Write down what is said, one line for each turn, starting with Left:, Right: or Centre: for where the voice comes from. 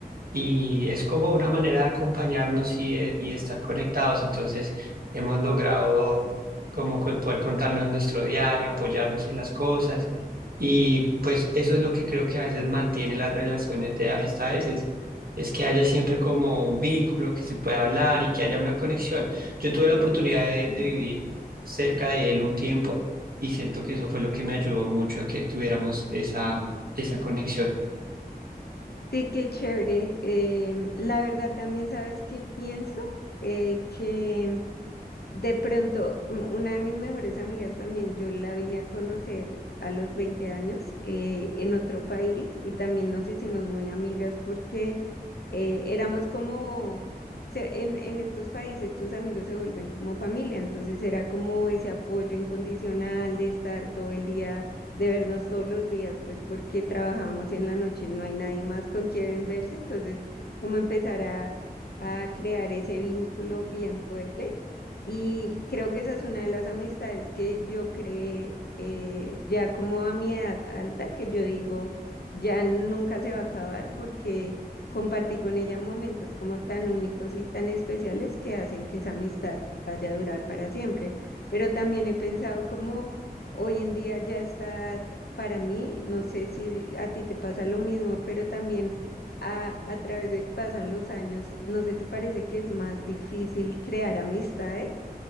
Right: y es como una manera de acompañarnos y, de- y de estar conectados. Entonces, hemos logrado como co- poder contarnos nuestro diario, apoyarnos en las cosas y pues eso es lo que creo que a veces mantiene las relaciones de amistades, es, es que haya siempre como un vínculo, que se pueda hablar y que haya una conexión. Yo tuve la oportunidad de,
Left: Mm.
Right: de vivir cerca de él un tiempo y siento que eso fue lo que me ayudó mucho a que tuviéramos esa, esa conexión.
Left: Sí, qué chévere. Em, la verdad también sabes que pienso Eh, que de pronto m- una de mis mejores amigas también, yo la vine a conocer a los veinte años eh, en otro país y también nos hicimos muy amigas porque eh, éramos como, se- en, en estos países tus amigos se vuelven como familia, entonces era como ese apoyo incondicional de estar todo el día, de vernos todos los días, pues porque trabajábamos en la noche, no hay nadie más con quien verse, entonces como empezar a, a crear ese vínculo bien fuerte. Y creo que esa es una de las amistades que yo creé eh, ya como a mi edad alta, que yo digo, ya nunca se va a acabar porque Compartí con ella momentos como tan únicos y tan especiales que hacen que esa amistad vaya a durar para siempre. Pero también he pensado como hoy en día ya está para mí, no sé si a ti te pasa lo mismo, pero también a, a través de que pasan los años, ¿no se te parece que es más difícil crear amistades?